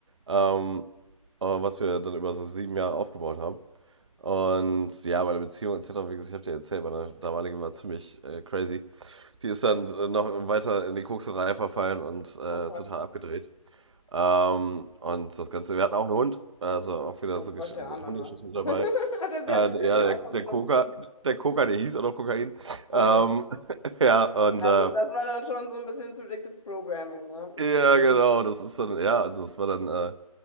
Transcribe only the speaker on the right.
Ähm, äh, was wir dann über so sieben Jahre aufgebaut haben. Und ja, meine Beziehung etc., wie gesagt, ich habe dir erzählt, meine damalige war ziemlich äh, crazy. Die ist dann äh, noch weiter in die Kokserei verfallen und äh,
total abgedreht. Ähm, und das Ganze, wir hatten auch einen Hund, also auch wieder
so
Gesch-
Hundegeschichten
mit
dabei.
Äh,
ja,
der,
der Koka, der Koka, der hieß auch noch Kokain.
Ähm, <laughs> ja, und
äh,
ja, genau, das ist dann, ja, also es war dann äh,